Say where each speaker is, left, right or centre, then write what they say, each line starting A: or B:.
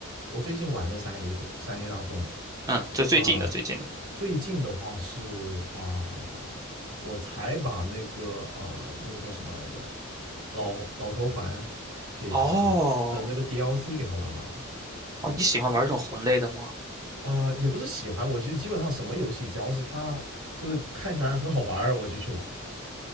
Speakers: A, on the right (about 75°); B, on the right (about 15°).
A: 我最近玩的三 A 不三 A 大作嘛，
B: 嗯，就最近的最近的。
A: 啊、最近的话是啊、呃我才把那个呃，那个叫什么来着，老老头环给他的那个
B: 哦
A: DLC 给他玩完了。
B: 哦，你喜欢玩这种魂类的吗？
A: 呃，也不是喜欢，我就基本上什么游戏，只要是他就是看起来很好玩儿，我就去玩